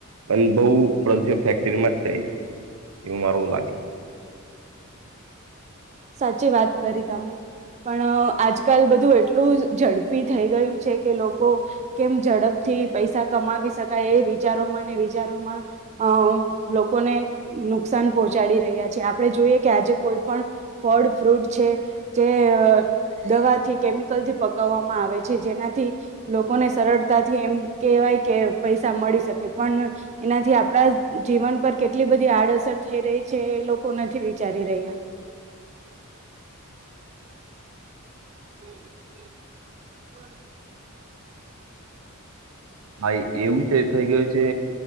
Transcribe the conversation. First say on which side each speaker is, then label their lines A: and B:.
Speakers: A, on the right; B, on the right.
A: અને બહુ પ્રદૂષણ ફેક્ટરીમાં જ થઈ એવું મારવ લાગે
B: સાચી વાત કરી તમે પણ આજકાલ બધું એટલું ઝડપી થઈ ગયું છે કે લોકો કેમ ઝડપથી થી પૈસા કમાવી શકાય એ વિચારોમાં વિચારોમાં અ લોકોને નુકસાન પહોંચાડી રહ્યા છે આપણે જોઈએ આજે કોઈ પણ ફળ ફ્રૂટ છે જે દવાથી કેમિકલ થી પક આવે છે જેનાથી લોકોને સરળતાથી એમ કવાય કે પૈસા મળી શકે પણ એનાથી આપડા જીવન પર કેટલી બધી આડઅસર થઈ રહી છે એ લોકો નથી વિચારી રહહી્યા <unintelligible>
A: હાઈ એવું છે થઈ ગું છે